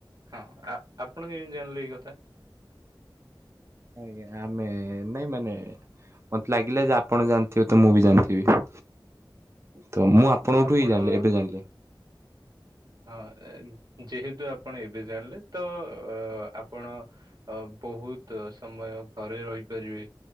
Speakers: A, on the right; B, on the right.
A: ହଁ ଆପଣ କେମିତି ଜାଣିଲେ ଏଇ କଥା?
B: ଆଜ୍ଞା ଆମେ ନାଇଁ ମାନେ ମତେ ଲାଗିଲା ଯେ ଆପଣ ଜାଣିଥିବେ ତ ମୁଁ ବି ଜାଣିଥିବି। ତ ମୁଁ
A: ହଁ
B: ଆପଣଙ୍କ
A: ଆପଣ
B: ଠୁ ହିଁ ଜାଣିଲି ଏବେ ଜାଣିଲି।
A: ହଁ ଯେହେତୁ ଆପଣ ଏବେ ଜାଣିଲେ ତ ଅ ଆପଣ ଅ ବହୁତ ସମୟ ଘରେ ରହିପାରିବେ